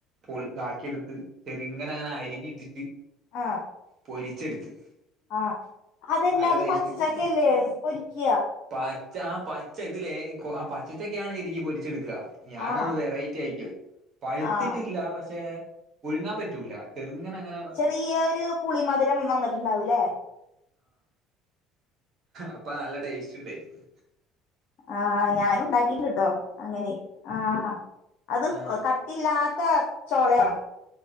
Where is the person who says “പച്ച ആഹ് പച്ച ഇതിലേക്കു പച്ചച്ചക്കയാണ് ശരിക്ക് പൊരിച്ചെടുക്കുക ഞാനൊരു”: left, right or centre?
Right